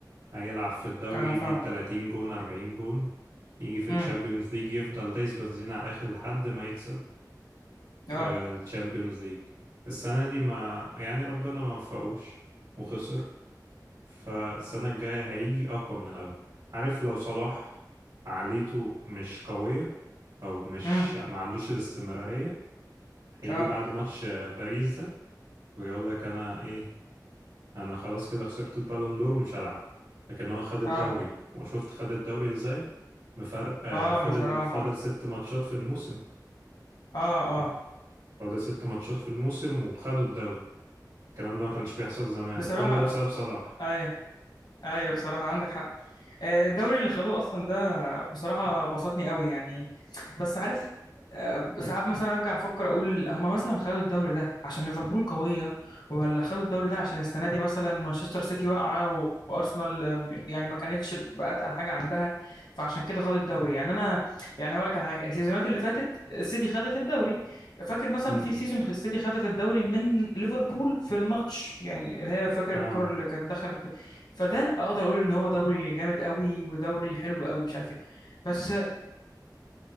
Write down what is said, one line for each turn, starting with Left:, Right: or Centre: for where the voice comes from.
Right: هيلعب في الدوري
Left: أنا فاهمك
Right: يجيب 30 جون 40 جون يجي في الشامبيونز
Left: أمم
Right: ليج يفضل دايس بنزين على الآخر لحد ما يكسب
Left: أه
Right: آه، الشامبيونز ليج السنة دي ما يعني ربنا ما وفقوش وخسر فالسنة الجاية هيجي أقوى من الأول عارف لو صلاح عقليته مش قوية او مش
Left: أمم
Right: ما عندوش الاستمرارية هيجي
Left: أه
Right: بعد ماتش آه، باريس ده ويقول لك انا ايه انا خلاص كده خسرت البالون دور ومش هلعب لكن هو خد الدوري
Left: أه
Right: وشفت خد الدوري ازاي بفرق آه،
Left: أه
Right: فاضل
Left: بصراحة
Right: فاضل ست ماتشات في الموسم
Left: أه
Right: يعني
Left: أه
Right: فاضل ست ماتشات في الموسم وخدوا الدوري الكلام ده ما كانش بيحصل زمان
Left: بصراحة
Right: كل ده بسبب صلاح
Left: أي ايوه بصراحة عندك حق آه، الدوري اللي خدوه اصلا ده بصراحة بسطني قوي يعني بس عارف آه، ساعات مثلا ارجع افكر اقول هما مثلا خدوا الدوري ده عشان ليفربول قوية ولا خدوا الدوري ده عشان السنة دي مثلا مانشستر سيتي واقعة و- وارسنال آم، يعني ما كانتش بأتقل حاجة عندها فعشان كده خدوا الدوري يعني انا يعني هقول لك على حاجة السيزونات اللي فاتت السيتي خدت الدوري فاكر مثلا
Right: امم
Left: في سيزون السيتي خدت الدوري من ليفربول في الماتش يعني اللي هي فاكر
Right: اه
Left: الكرة اللي كانت دخلت فده اقدر اقول ان هو دوري جامد قوي ودوري حلو قوي مش عارف ايه بس